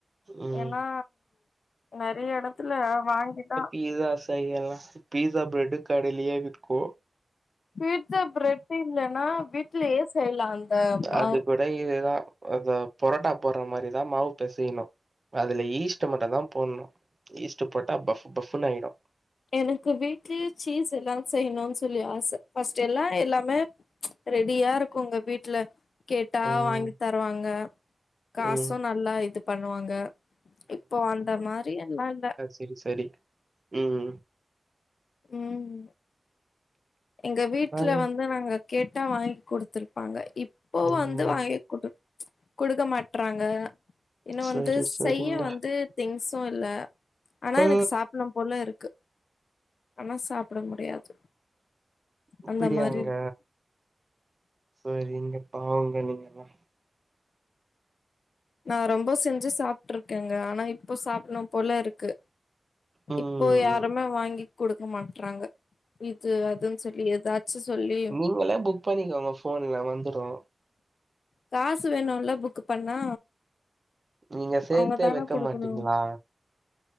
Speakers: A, on the right; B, on the left.
A: ம்.
B: ஏன்னா நிறைய இடத்துல வாங்கிதான்
A: பீட்சாஸ் ச எல்லாம் பீட்சா ப்ரெட்டு கடையிலையே விக்கு
B: பீட்சா பிரெட் இல்லனா வீட்லயே செய்யலா அந்த மாவு
A: அது கூட இதுதான் அது பொரட்டா போடுற மாதிரிதான் மாவு பெசையணும் அதுல ஈஸ்ட்டு மட்டும் தான் போடணும் ஈஸ்ட்டு போட்டா பஃப் பஃப்ன்னு ஆயிடும்
B: எனக்கு வீட்லயே சீஸ் எல்லாம் செய்யணும்னு சொல்லி ஆச ஃபர்ஸ்ட் எல்லாம் எல்லாமே ரெடியா இருக்கும்ங்க வீட்டுல கேட்டா
A: ம்
B: வாங்கி தருவாங்க காசும்
A: ம்
B: நல் நல்ல இது பண்ணுவாங்க இப்போ அந்த மாதிரி எல்லாம் இல்ல
A: சரி சரி உம்
B: உம் எங்க வீட்டுல
A: பாய்
B: வந்து நாங்க கேட்டா வாங்கி குடுத்துருப்பாங்க இப்போ
A: ம்
B: வந்து வாங்கி குடு குடுக்க மாட்றாங்க இன்னும்
A: சரி
B: வந்து
A: சரிங்க
B: செய்ய வந்து திங்ஸும் இல்ல ஆனா
A: ஆ
B: எனக்கு சாப்டனு போல இருக்கு ஆனா சாப்பிட முடியாது
A: அப்படியாங்க
B: அந்த மாரி இருக்கு
A: சரிங்க பாவங்க நீங்கலா
B: நா ரொம்ப செஞ்சு சாப்ட்டு இருக்கேங்க ஆனா இப்ப சாப்டணும் போல இருக்கு
A: ம்
B: இப்போ யாருமே வாங்கி குடுக்க மாட்றாங்க இது அதுன்னு சொல்லி ஏதாச்சு சொல்லி
A: நீங்களே புக் பண்ணிக்கோங்க ஃபோன்ல வந்துரு
B: காசு வேணும்ல்ல புக்கு பண்ணா
A: நீங்க சேத்தே
B: அவங்க தான
A: வைக்க
B: குடுக்கணு
A: மாட்டீங்களா